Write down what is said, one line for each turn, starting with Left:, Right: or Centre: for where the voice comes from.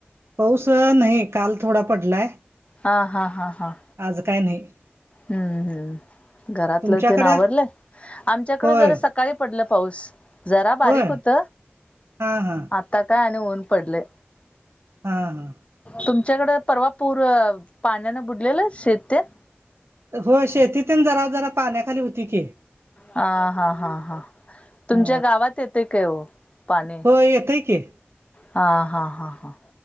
Right: पाऊस नाही काल थोडा पडलाय.
Left: हा हा हा हा.
Right: आज काय नाही.
Left: हम्म हम्म. घरातलं
Right: तुमच्याकडं
Left: तेन आवरलं आमच्याकडे
Right: होय
Left: जरा सकाळी पडलं पाऊस जरा बारीक
Right: होय
Left: होत.
Right: हा हा
Left: आता काय आणि ऊन पडलंय
Right: हा हा
Left: तुमच्याकडें परवा पूर पाण्यानं बुडलेलं शेततेन
Right: हो शेतीतेन जरा जरा पाण्याखाली होती की.
Left: ह हा हा हा तुमच्या
Right: हा
Left: गावात येते काय ओ पाणी?
Right: हो येेतय की.
Left: हा हा हा हा